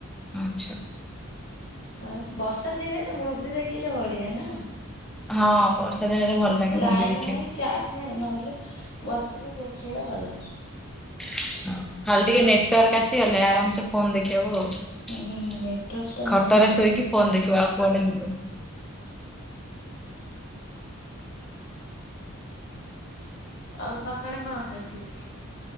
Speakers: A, in the centre; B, on the left.
A: ଆଚ୍ଛା।
B: ଆଉ ବର୍ଷା ଦିନରେ ମୁଭି ଦେଖିଲେ ବଢିଆ ନା।
A: ହଁ ବର୍ଷା ଦିନରେ ଭଲ ଲାଗେ
B: ଲାଇନ
A: ମୁଭି ଦେଖିବାକୁ।
B: ନାହିଁ ଚାର୍ଜ ନାହିଁ ନହେଲେ ବସିକି ଦେଖିବା ଭଲ।
A: ଖାଲି ଟିକେ ନେଟୱାର୍କ ଆସିଗଲେ ଆରାମସେ ଫୋନ ଦେଖି ହବ ଆଉ।
B: ହୁଁ ନେଟୱାର୍କ ତ ନାହିଁ।
A: ଖଟରେ ଶୋଇକି ଫୋନ ଦେଖିବ ଆଉ କୁଆଡେ ଯିବନି।
B: ଆଉ ସକାଳେ କଣ ଖାଇଥିଲେ?